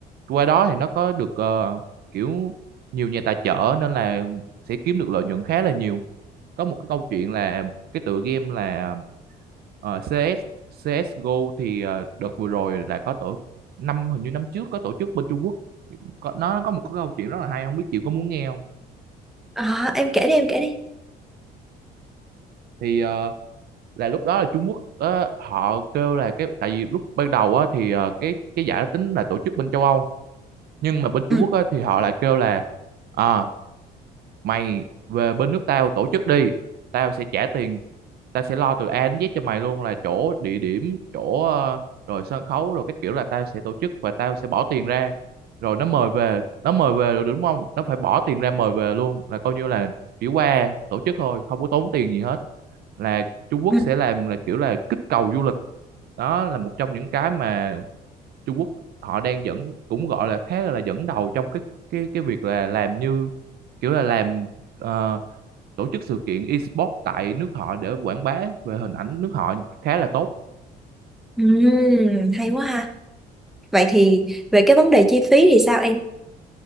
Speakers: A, on the right (about 65°); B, in the centre.
A: qua đó thì nó có được ờ, kiểu nhiều nhà tài trợ nên là sẽ kiếm được lợi nhuận khá là nhiều có một cái câu chuyện là cái tựa game là ờ, CS CSGO thì ờ, đợt vừa rồi là có tổ năm hình như năm trước có tổ chức bên Trung Quốc có, nó có một cái câu chuyện rất là hay không biết chị có muốn nghe không
B: à, em kể đi em kể đi
A: thì ờ, là lúc đó là Trung Quốc ờ, họ kêu là cái tại vì lúc ban đầu á, thì ờ, cái cái giải đó tính là tổ chức bên châu Âu nhưng mà bên
B: ừ,
A: Trung Quốc á, thì họ lại kêu là à, mày về bên nước tao tổ chức đi tao sẽ trả tiền tao sẽ lo từ A đến Z cho mày luôn là chỗ địa điểm chỗ ờ, rồi sân khấu rồi các kiểu là tao sẽ tổ chức và tao sẽ bỏ tiền ra rồi nó mời về nó mời về rồi đúng không nó phải bỏ tiền ra mời về luôn là coi như là chỉ qua tổ chức thôi không có tốn tiền gì hết là Trung Quốc
B: ừ.
A: sẽ làm là kiểu là kích cầu du lịch đó là một trong những cái mà Trung Quốc họ đang dẫn cũng gọi là khá là dẫn đầu trong cái cái cái việc là làm như kiểu là làm ờ, tổ chức sự kiện esports tại nước họ để quảng bá về hình ảnh nước họ khá là tốt.
B: Ừm, hay quá ha vậy thì về cái vấn đề chi phí thì sao em